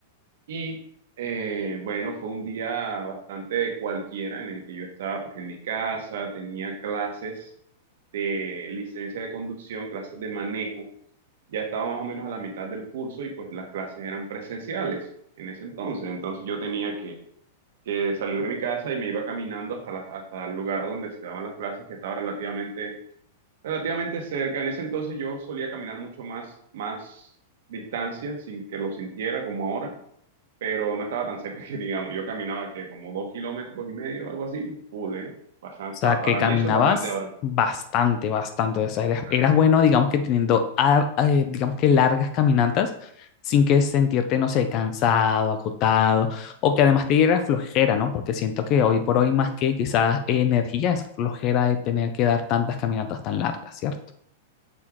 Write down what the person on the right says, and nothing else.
Y eh, bueno, fue un día bastante cualquiera en el que yo estaba pues en mi casa, tenía clases de licencia de conducción, clases de manejo, ya estaba más o menos a la mitad del curso y pues las clases eran presenciales en ese entonces, entonces yo tenía que, que salir de mi casa y me iba caminando hasta, la- hasta el lugar donde se daban las clases que estaba relativamente, relativamente cerca, en ese entonces yo solía caminar mucho más, más distancia sin que lo sintiera como ahora pero no estaba tan cerca <laughs> que digamos, yo caminaba que como dos kilómetros y medio, algo así, full, ¿eh? Bastan-
pa-
para
mí eso es bastante ahora. O
sea,
que